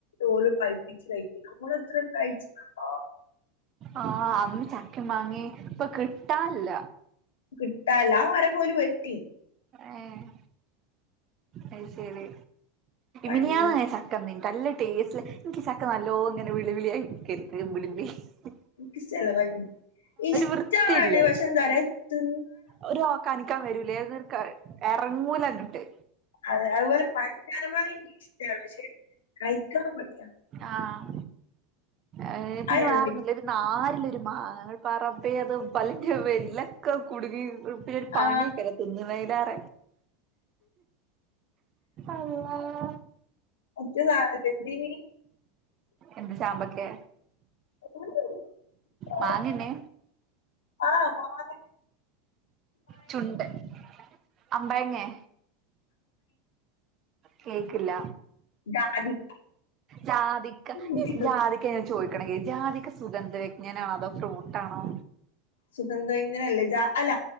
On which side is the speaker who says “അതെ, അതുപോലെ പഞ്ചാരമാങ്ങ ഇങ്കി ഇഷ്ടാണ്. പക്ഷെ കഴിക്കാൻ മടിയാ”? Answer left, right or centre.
Left